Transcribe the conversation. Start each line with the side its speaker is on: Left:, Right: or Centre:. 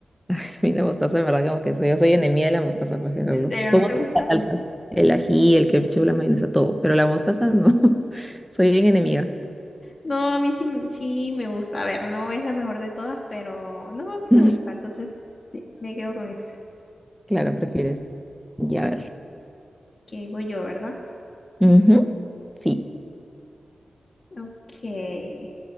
Centre: A mí la mostaza, en verdad, como que soy, yo soy enemiga de la mostaza, porque lo-
Left: ¿En serio
Centre: como
Left: no te gusta?
Centre: todas las salsas. El ají, el ketchup, la mayonesa, todo. Pero la mostaza no. <laughs> Soy bien enemiga.
Left: No, a mí sí, m- sí me gusta. A ver, no es la mejor de todas, pero no, sí
Centre: <laughs>
Left: me gusta. Entonces sí, me quedo con esta.
Centre: Claro, prefieres. Ya, a ver.
Left: Que voy yo, ¿verdad?
Centre: Ujú, Sí.
Left: Ok.